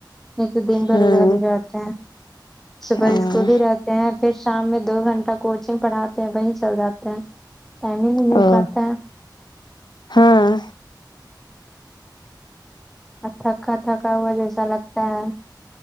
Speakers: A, in the centre; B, on the left (about 65°).
A: نہیں تو دن بھر
B: ہاں
A: ادھر ہی رہتے ہیں صبح
B: ہاں
A: اسکول ہی رہتے ہیں پھر شام میں دو گھنٹہ کوچنگ پڑھاتے ہیں وہی چل جاتے ہیں ٹائم ہی نہیں مل
B: ہاں
A: پاتا ہے
B: ہاں
A: اور تھکا تھکا ہوا جیسا لگتا ہے